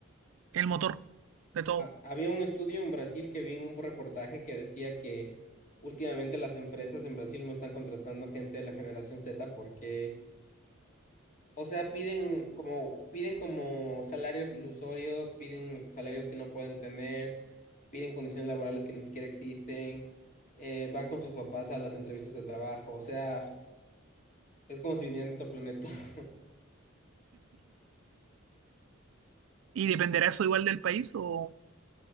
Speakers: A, on the right (about 80°); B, on the left (about 40°).
A: el motor de todo.
B: Ha- Había un estudio en Brasil que vi en un reportaje que decía que últimamente las empresas en Brasil no están contratando gente de la generación Z porque, o sea, piden como, piden como salarios ilusorios, piden salarios que no pueden tener, piden condiciones laborales que ni siquiera existen, eh, van con sus papás a las entrevistas de trabajo, o sea, es como si vinieran de otro planeta. <laughs>
A: ¿Y dependerá eso igual del país o